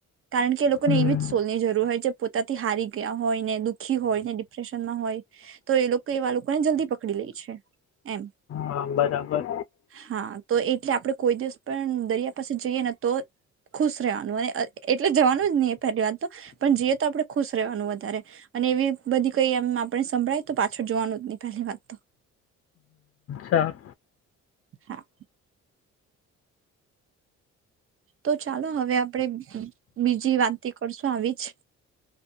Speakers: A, on the right; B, on the left.
A: કારણ કે એ લોકોને
B: હમ,
A: એવી જ સોલની જરૂર હોય છે. પોતાથી હારી ગયા હોય ને દુઃખી હોય ને ડિપ્રેશનમાં હોય તો એ લોકો એવા લોકોને જલ્દી પકડી લે છે એમ
B: હા બરાબર
A: હા તો એટલે આપડે કોઈ દિવસ પણ દરિયા પાસે જઈએ ને તો ખુશ રેવાનું અને અને એટલે જવાનું જ નહી પહેલી વાત તો પણ જઈએ તો આપણે ખુશ રહેવાનું વધારે અને એવી બધી કઈ એમ આપ સંભળાય તો પાછળ જોવાનું જ નહી પહેલી વાત તો
B: છા
A: હા તો ચાલો હવે આપડે બીજી વાતથી કરશું આવી <unintelligible>